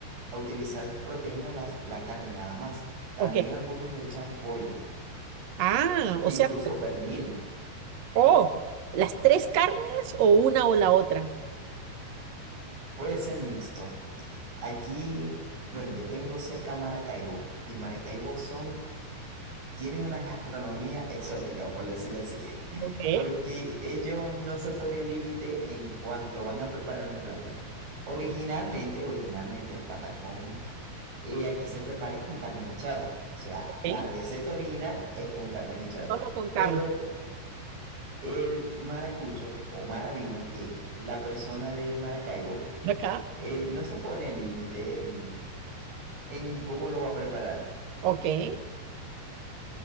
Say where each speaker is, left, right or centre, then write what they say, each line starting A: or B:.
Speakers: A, on the right (about 85°); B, on the right (about 65°).
A: a utilizar proteína la, la carne nada más, también
B: Ok.
A: algunos le echan pollo
B: Ah, o
A: e
B: sea,
A: incluso pernil.
B: oh, ¿las tres carnes o una o la otra?
A: Puede ser mixto. Aquí, bueno, yo tengo cerca Maracaibo y Maracaibo son, tienen una gastronomía exótica, por decirlo así, <laughs>
B: Ok,
A: porque ellos no se ponen límite en cuanto van a preparar un plátano. Originalmente, originalmente el patacón eh, aquí se prepara es con carne mechada, o sea,
B: ok.
A: la receta original es con carne mechada,
B: Solo con carne.
A: pero el maracucho o maravino, que es la persona de Maracaibo,
B: Acá.
A: eh, no se pone límites en en cómo lo va a preparar.
B: Ok. Y